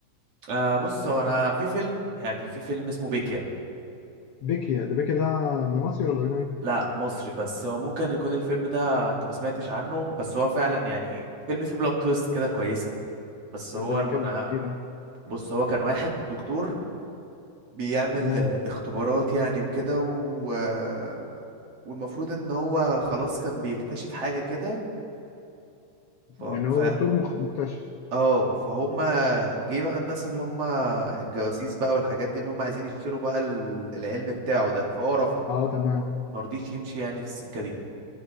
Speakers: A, on the right; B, on the left.
A: آه بص هو أنا في فيلم يعني في فيلم اسمه بيكيا
B: بيكي ده بيكي ده ده مصري ولا أجنبي؟
A: لا مصري بس هو ممكن يكون الفيلم ده انت ما سمعتش عنه بس هو فعلا يعني فيلم فيه بلوت تويست كده كويسة بس
B: طب
A: هو
B: ده بيتكلم
A: المنا...
B: عن إيه ده؟
A: بص هو كان واحد دكتور بيعمل
B: تمام
A: آه، اختبارات يعني وكده و... آه، والمفروض ان هو خلاص كان بيكتشف حاجة كده ف...
B: يعني
A: ف...
B: هو دكتور مخ... مكتشف
A: اه فهم جه بقى الناس اللي هم الجواسيس بقى والحاجات دي اللي هم عايزين يشتروا بقى ال- العلم بتاعه ده فهو رفض
B: أه تمام
A: ما ما رضيش يمشي يعني في السكة دي